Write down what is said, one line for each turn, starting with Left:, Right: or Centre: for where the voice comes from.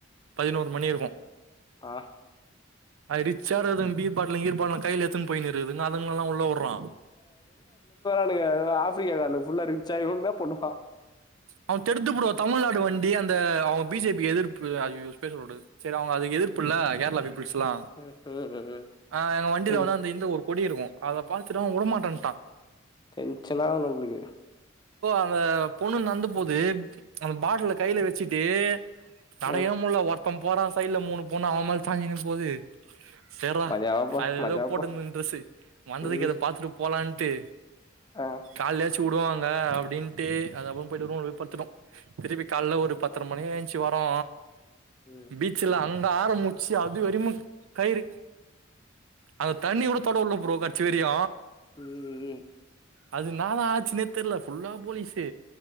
Right: பதினோர் மணி இருக்கு
Left: ஆ
Right: அது ரிச்சா இருக்குது பீர் பாட்லு கீர் பாட்லு கைல எட் துனு போய்னுருக்குதுங்க அதுங்லல்லா உள்ள உட்றா
Left: <unintelligible> ஆஃப்ரிக்கா காரனுங்க ஃபுல்லா ரிச்சா இவுங்ளுதா பொண்ணுப்பா
Right: அவ தெடுத்து புடுவா தமிழ்நாடு வண்டி அந்த அவ பீ ஜே பி எதிர்ப்பு ஐய்யய்யோ பேர் சொல்ல கூடாது சரி அவுங்க அதுக்கு எதிர்ப்பு இல்ல கேரளா பீப்புள்ஸ்ல்லா
Left: ம் ம்
Right: அ எங்க வண்டியில
Left: ம்
Right: வந்து அந்த இந்த ஒரு கொடி இருக்கு அது பாத்துட்டு அவ வுடமாட்டேன்ட்டா
Left: டென்ஷன ஆவு நம்ளுக்கு
Right: அந்த பொண்ணு நடந்த போது அந்த பாட்ல கையில வச்சிட்டே நடக்கவே
Left: ம்
Right: முடில ஒருத்த போறா சைட்ல மூணு பொண்ணு அவ மேல சாஞ்சினு போது சேர்ரா
Left: மஜாவாப்பா
Right: அது
Left: மஜாவாப்பா
Right: ஏதோ போட்டுந்துது ட்ரஸ்ஸூ வந்ததுக்கு
Left: ம்
Right: அத பாத்துட்டு போலான்ட்டு
Left: ஆ
Right: கால்லாயாச்சு விடுவாங்க அப்டின்ட்டு அதுகப்றோ பொய்ட்டு ரூம்ல போய் பட்த்துட்டோ திருப்பி கால்ல ஒரு பத்தர மணிக்கு எழுந்துருச்சி வரோ
Left: ம்
Right: பீச்சுலா அங்க ஆரம்பிச்சு அது வரையுமு கயிறு அந்த தண்ணி கூட தொட உட்ல ப்ரோ கட்ஸ்ஸி வரயு
Left: ம்
Right: அது என்னாதா ஆச்சுன்னே தெரில ஃபுல்லா போலீஸு